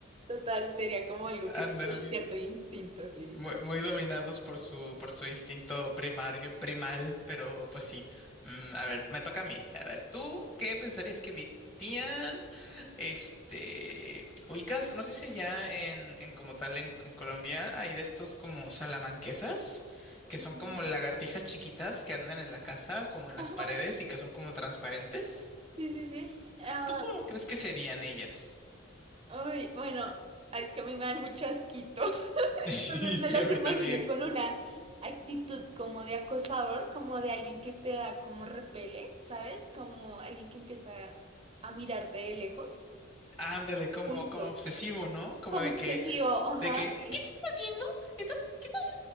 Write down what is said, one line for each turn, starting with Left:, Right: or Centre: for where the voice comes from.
Right: Total, sería como algo
Left: Ándale.
Right: que le despierta el instinto, sí.
Left: Muy, muy dominados por su, por su instinto primario, primal, pero pues sí. Mm, a ver, me toca a mí. A ver, ¿tú qué pensarías que dirían? Este, ubicas, no sé si ya en, en como tal en, en Colombia hay de estos como salamanquesas, que
Right: Ujú.
Left: son como lagartijas chiquitas que andan en la casa, como en
Right: Ajá,
Left: las paredes y que son como transparentes.
Right: sí, sí, sí. Ah,
Left: ¿Tú cómo crees que serían ellas?
Right: uy, bueno, ay, es que a mí me dan mucho asquito. Entonces
Left: <laughs> Sí,
Right: me las
Left: a mí
Right: imagino
Left: también.
Right: con una actitud como de acosador, como de alguien que te da como repele, ¿sabes? Como alguien que empieza a mirarte de lejos.
Left: Ándale, como,
Right: Justo.
Left: como obsesivo, ¿no? Como
Right: Como
Left: de
Right: obsesivo,
Left: que
Right: ajá.
Left: De que, ¿qué
Right: Y,
Left: estás haciendo? ¿Estás, qué tal